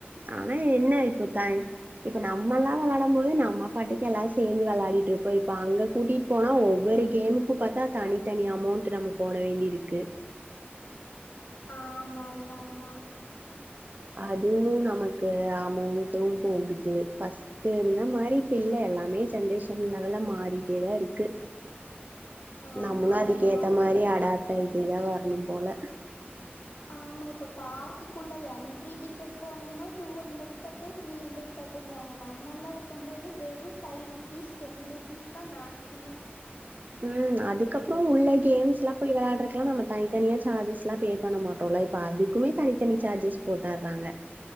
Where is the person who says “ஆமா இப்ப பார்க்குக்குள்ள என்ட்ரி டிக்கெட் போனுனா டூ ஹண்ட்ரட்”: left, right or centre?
Left